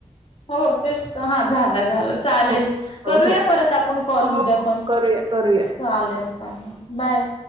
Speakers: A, on the left; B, on the right.
A: हो तेच तर हा झालं झालं चालेल.
B: हो
A: करूया
B: हो हो
A: परत आपण कॉल
B: हो
A: उद्या
B: हो
A: पण,
B: करूया करूया
A: चालेल. बाय.